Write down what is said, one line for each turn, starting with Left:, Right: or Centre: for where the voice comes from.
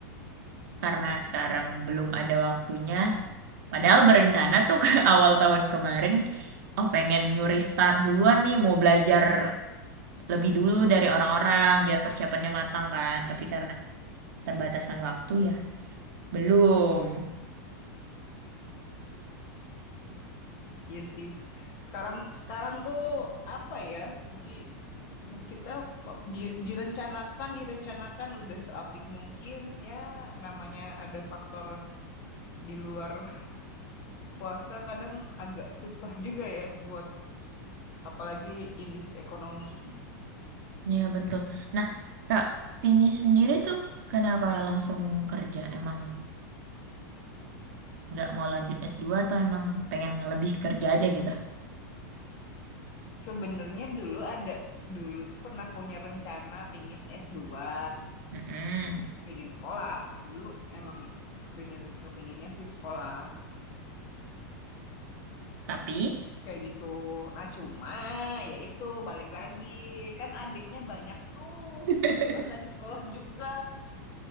Left: Mm,
Right: karena sekarang belum ada waktunya, padahal berencana tuh ke <laughs> awal tahun kemarin, oh pengen nyuri start duluan nih, mau belajar lebih dulu dari orang-orang biar persiapannya matang kan. Tapi
Left: mm.
Right: karena terbatasan waktu ya belum.
Left: Iya sih. Sekarang sekarang tuh apa ya? Jadi kita di- direncanakan direncanakan udah seapik mungkin ya namanya ada faktor di luar puasa kadang agak susah juga ya buat apalagi indeks ekonomi.
Right: Ya betul. Nah, Kak Vini sendiri tuh kenapa langsung kerja? Emang nggak mau lanjut s dua atau emang pengen lebih kerja aja gitu?
Left: Sebenarnya dulu ada dulu tuh pernah punya rencana pingin s dua
Right: Mm-mm.
Left: pingin sekolah. Dulu emang kepingin kepinginnya sih sekolah
Right: Tapi
Left: kayak gitu. Nah, cuma ya itu balik lagi kan adiknya banyak tuh,
Right: <laughs>
Left: kebetulan lagi sekolah juga.